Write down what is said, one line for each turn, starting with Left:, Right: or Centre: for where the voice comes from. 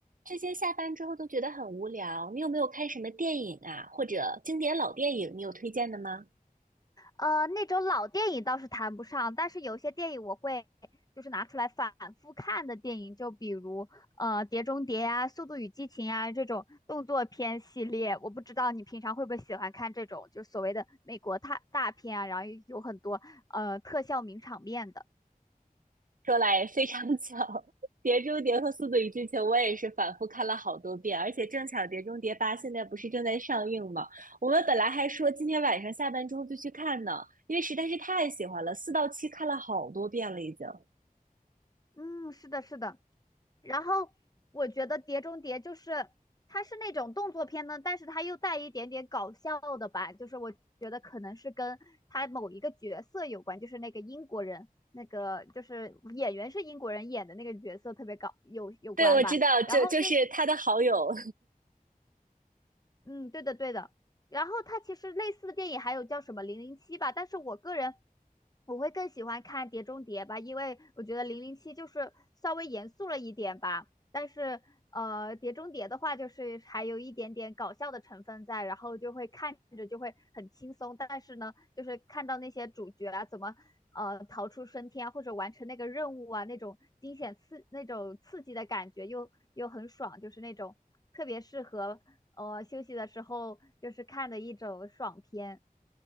Right: 这些下班之后都觉得很无聊，你有没有看什么电影啊，或者经典老电影，你有推荐的吗？
Left: 呃，那种老电影倒是谈不上，但是有些电影我会就是拿出来反复看的电影，就比如呃《碟中谍》啊，《速度与激情》啊这种动作片系列。我不知道你平常会不会喜欢看这种，就是所谓的美国大大片啊，然后有很多呃特效名场面的。
Right: 说来非常巧，《碟中谍》和《速度与激情》我也是反复看了好多遍，而且正巧《碟中谍八》现在不是正在上映吗？我们本来还说今天晚上下班之后就去看呢，因为实在是太喜欢了，四到七看了好多遍了已经。
Left: 嗯，是的，是的。然后我觉得《碟中谍》就是它是那种动作片呢，但是它又带一点点搞笑的吧，就是我觉得可能是跟它某一个角色有关，就是那个英国人，那个就是演员是英国人演的那个角色特别搞有有关吧。
Right: 对，我知道，就就是他的好友
Left: 然后就是嗯，对的，对的。然后它其实类似的电影还有叫什么《零零七》吧，但是我个人我会更喜欢看《碟中谍》吧，因为我觉得《零零七》就是稍微严肃了一点吧，但是呃，《碟中谍》的话就是还有一点点搞笑的成分在，然后就会看着就会很轻松，但是呢，就是看到那些主角啊怎么呃逃出升天啊或者完成那个任务啊，那种惊险刺那种刺激的感觉又又很爽，就是那种特别适合呃休息的时候就是看的一种爽片。